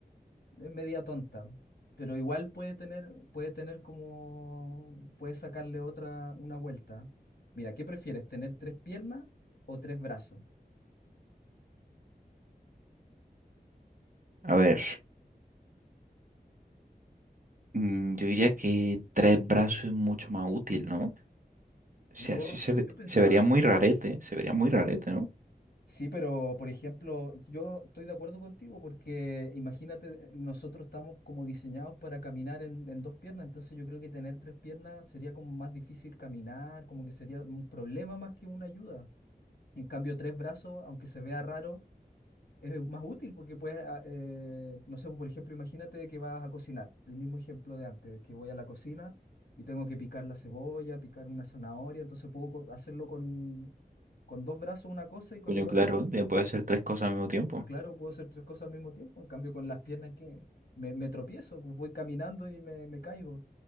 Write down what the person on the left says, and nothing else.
es media tonta, pero igual puede tener, puede tener como, puede sacarle otra, una vuelta. Mira, ¿qué prefieres, tener tres piernas o tres brazos?
Yo,
yo pensaba,
sí, pero por ejemplo, yo estoy de acuerdo contigo porque imagínate, nosotros estamos como diseñados para caminar en, en dos piernas, entonces yo creo que tener tres piernas sería como más difícil caminar, como que sería un problema más que una ayuda. En cambio, tres brazos, aunque se vea raro, es más útil porque puedes, ah, eh, no sé, por ejemplo, imagínate que vas a cocinar, el mismo ejemplo de antes, que voy a la cocina y tengo que picar la cebolla, picar una zanahoria, entonces puedo co- hacerlo con, con dos brazos una cosa y con
el otro,
mm,
claro, puedo hacer tres cosas al mismo tiempo, en cambio con las piernas que me, me tropiezo, pues voy caminando y me, me caigo.